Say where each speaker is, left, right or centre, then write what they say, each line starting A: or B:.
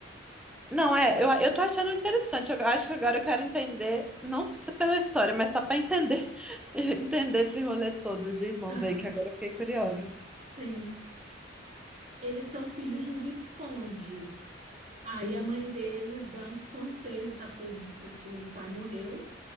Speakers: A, in the centre; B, on the right (about 35°).
A: Não, é, eu, eu tô achando interessante. Eu acho que agora eu quero entender, não só pela história, mas só para entender, <laughs> entender esse rolê todo de irmãos
B: Aham,
A: aí, que agora eu fiquei curiosa.
B: sim. Eles são filhos de um visconde. Aí
A: Hum.
B: a mãe deles dá uns conselhos, tá? Porque o, vis- o, o pai morreu.